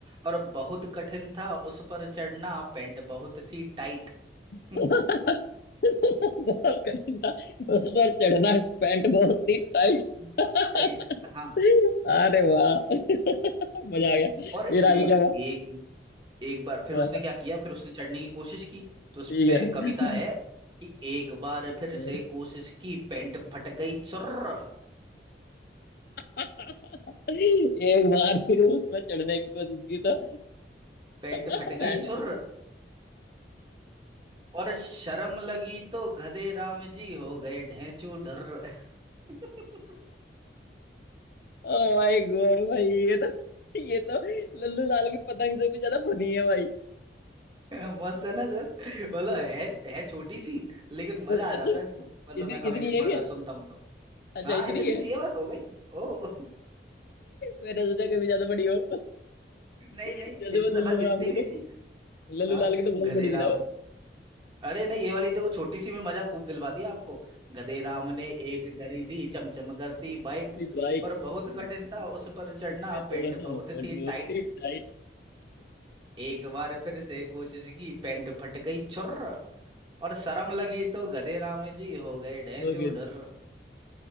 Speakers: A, on the right; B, on the left.
A: और बहुत कठिन था उस पर चढ़ना पैंट बहुत थी टाइट
B: <laughs>
A: <laughs>
B: बहुत कठिन था उस पर चढ़ना पैंट बहुत ही टाइट
A: राइट
B: <laughs>
A: टाइट हाँ
B: अरे वाह <laughs> मजा आ गया फिर
A: और एक
B: आगे क्या हुआ
A: एक एक बार फिर
B: हाँ,
A: उसने क्या किया फिर उसने चढ़ने की कोशिश की तो उस
B: ठीक
A: पे कविता है कि एक बार फिर
B: है
A: से कोशिश की पैंट फट गई चुर्र
B: एक बार फिर उस पर चढ़ने की कोशिश की तो
A: पैंट
B: पैर
A: फट गई
B: उठ
A: चुर्र
B: गया।
A: और शर्म लगी तो गधे राम जी हो गए ढेंचू ढर्र <laughs>
B: ओ माय गॉड भाई ये तो ये तो लल्लू लाल की पतंग से भी ज्यादा फनी है भाई
A: मस्त है ना सर मतलब है है छोटी सी लेकिन मजा
B: बस
A: आ
B: अच्छा
A: जाता है इसको मतलब
B: इतनी
A: मैं कभी
B: इतनी
A: भी पढ़,
B: है क्या
A: सुनता हूँ तो
B: अच्छा
A: हाँ
B: इतनी
A: इतनी
B: है
A: सी है बस हो गई ओ <laughs>
B: मैंने सोचा कभी ज्यादा बड़ी हो
A: नहीं
B: जैसे
A: नहीं इतना
B: वो लल्लू
A: बस इतनी
B: लाल की
A: सी
B: तो
A: थी
B: लल्लू
A: हाँ
B: लाल की तो बहुत
A: गधे
B: बड़ी थी ना वो
A: अरे नहीं ये वाली देखो छोटी सी में मजा खूब दिलवा दिया आपको गधे राम ने एक गरी दी चमचम करती बाइक
B: <laughs> भाई
A: और बहुत
B: उस
A: कठिन था उस पर चढ़ना
B: पे चढ़ना
A: पैंट बहुत
B: बट
A: थी
B: बहुत
A: टाइट
B: ही टाइट
A: एक बार फिर से कोशिश की पैंट फट गई छुर्र और शर्म लगी तो गधे राम जी हो गए ढेंचू
B: ओके
A: ढुर्र
B: जी